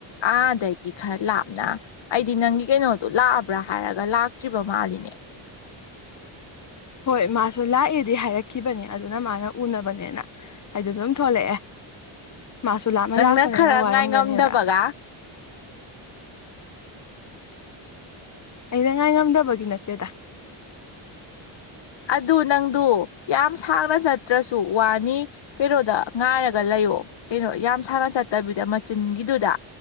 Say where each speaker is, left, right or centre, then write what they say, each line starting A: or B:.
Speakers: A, on the left; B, on the left.
A: ꯑꯥꯗꯒꯤ ꯈꯔ ꯂꯥꯞꯅ ꯑꯩꯗꯤ ꯅꯪꯒꯤ ꯀꯩꯅꯣꯗꯣ ꯂꯥꯛꯑꯕ꯭ꯔꯥ ꯍꯥꯏꯔꯒ ꯂꯥꯛꯇ꯭ꯔꯤꯕ ꯃꯥꯜꯂꯤꯅꯦ
B: ꯍꯣꯏ ꯃꯥꯁꯨ ꯂꯥꯛꯑꯦꯗꯤ ꯍꯥꯏꯔꯛꯈꯤꯕꯅꯤ ꯑꯗꯨꯅ ꯃꯥꯅ ꯎꯅꯕꯅꯦꯅ ꯍꯥꯏꯗ ꯑꯗꯨꯝ ꯊꯣꯛꯂꯛꯑꯦ ꯃꯥꯁꯨ ꯂꯥꯞꯅ
A: ꯅꯪꯅ
B: ꯂꯥꯛꯄꯅꯤꯅ
A: ꯈꯔ
B: ꯋꯥꯔꯝꯒꯅꯤꯗ
A: ꯉꯥꯏꯉꯝꯗꯕꯒ
B: ꯑꯩꯅ ꯉꯥꯏ ꯉꯝꯗꯕꯒꯤ ꯅꯠꯇꯦꯗ
A: ꯑꯗꯨ ꯅꯪꯗꯨ ꯌꯥꯝ ꯁꯥꯡꯅ ꯆꯠꯇ꯭ꯔꯁꯨ ꯋꯥꯅꯤ ꯀꯩꯅꯣꯗ ꯉꯥꯏꯔꯒ ꯂꯩꯌꯣ ꯀꯩꯅꯣ ꯌꯥꯝ ꯁꯥꯡꯅ ꯆꯠꯇꯕꯤꯗ ꯃꯆꯤꯟꯒꯤꯗꯨꯗ